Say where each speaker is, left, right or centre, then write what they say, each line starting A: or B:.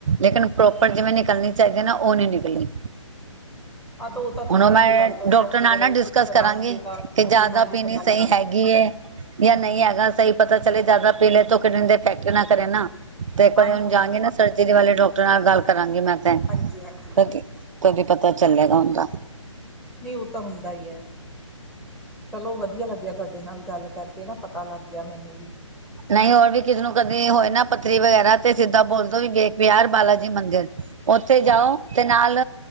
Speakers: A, on the right; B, in the centre.
A: ਲੇਕਿਨ ਪ੍ਰੋਪਰ ਜਿਵੇਂ ਨਿਕਲਣੀ ਚਾਹੀਦੀ ਨਾ- ਉਹ ਨੀ ਨਿਕਲੀ।
B: ਹਾਂ ਤਾਂ ਉਹ ਤਾਂ ਤੁਸੀਂ
A: ਹੁਣ ਮੈਂ
B: ਫਿਰ ਅਲਟਰਾਸਾਊਂਡ
A: ਡਾਕਟਰ ਨਾਲ
B: ਵਗੈਰਾ
A: ਨਾ
B: ਜਾਂ
A: ਡਿਸਕਸ
B: ਕੁਛ ਕਰਾਓਗੇ
A: ਕਰਾਂਗੀ
B: ਤਾਂ
A: ਕਿ ਜ਼ਿਆਦਾ
B: ਉਹਦੇ ਨਾਲ
A: ਪੀਣੀ
B: ਹੀ ਪਤਾ ਲੱਗਦਾ
A: ਸਹੀ ਹੈਗੀ ਏ ਜਾਂ ਨਹੀਂ ਹੈਗਾ ਸਹੀ ਪਤਾ ਚਲੇ ਜ਼ਿਆਦਾ ਪੀਲੇ ਤੋਂ ਕਿਨ ਦੇ ਫੈਕਟਰੀ ਨਾ ਕਰੇ ਨਾ ਤੇ ਇੱਕ
B: ਹਾਂ
A: ਵਾਰੀ
B: ਨਹੀਂ
A: ਹੁਣ
B: ਉਹ
A: ਜਾਗੇ
B: ਤਾਂ ਗੱਲ
A: ਨਾ ਸਰਜਰੀ
B: ਹੈ
A: ਵਾਲੇ ਡਾਕਟਰ ਨਾਲ ਗੱਲ ਕਰਾਂਗੇ ਮੈਂ ਤਦੀ
B: ਹਾਂਜੀ ਹਾਂਜੀ
A: ਪਤਾ ਚੱਲੇਗਾ ਹਦਾ
B: ਨਹੀਂ ਉਹ ਤਾਂ ਹੁੰਦਾ ਹੀ ਹੈ ਚਲੋ ਵਧੀਆ ਲੱਗਿਆ ਤੁਹਾਡੇ ਨਾਲ ਗੱਲ ਕਰਕੇ ਨਾ ਪਤਾ ਲੱਗ ਗਿਆ ਮੈਨੂੰ ਵੀ
A: ਨਹੀਂ ਹੋਰ ਵੀ ਕਿਸੇ ਨੂੰ ਕਦੇ ਹੋਏ ਨਾ ਪੱਥਰੀ ਵਗੈਰਾ ਤੇ ਸਿੱਧਾ ਬੋਲਦੋ ਵੀ ਵੇਖ ਪ ਯਾਰ ਬਾਲਾ ਜੀ ਮੰਦਿਰ ਉੱਥੇ
B: ਚੰਗਾ
A: ਜਾਓ ਤੇ ਨਾਲ